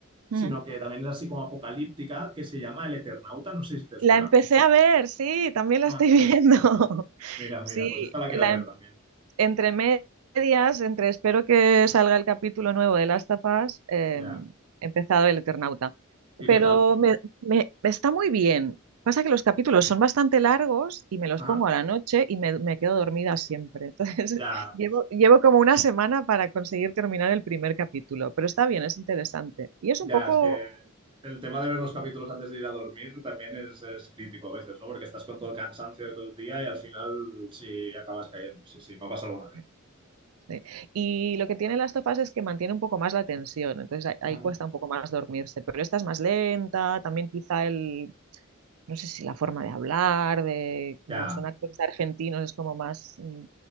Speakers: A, on the right; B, on the right.
A: sino
B: Ujú.
A: que también es así como apocalíptica, que se llama El Eternauta. No sé si te suena.
B: La empecé a ver, sí, también
A: Ah,
B: la estoy
A: mira,
B: viendo. <laughs>
A: mira, mira,
B: Sí,
A: pues esta la quiero
B: la,
A: ver
B: em-
A: también.
B: entre medias, entre espero que salga el capítulo nuevo de Las Tapas, eh,
A: Ya.
B: he empezado El Eternauta.
A: ¿Y
B: Pero
A: qué tal? ¿Cómo?
B: me, me- está muy bien. Pasa que los capítulos son bastante largos y me los
A: Ajá.
B: pongo a la noche y me, me quedo dormida siempre. Entonces,
A: Ya,
B: <laughs> llevo, llevo como una semana para conseguir terminar el primer capítulo, pero está bien, es interesante. Y es un
A: Ya,
B: poco...
A: es que el tema de ver los capítulos antes de ir a dormir también es, es crítico a veces, ¿no? Porque estás con todo el cansancio de todo el día y al final sí acabas cayendo. Sí, sí, me ha pasado alguna vez.
B: <laughs> sí. Y lo que tiene Las Tofas es que mantiene un poco más la tensión, entonces ahí, ahí
A: Ah,
B: cuesta un poco más dormirse, pero esta es más lenta, también quizá el, no sé si la forma de hablar, de como
A: Ya,
B: son actores argentinos, es como más, mm,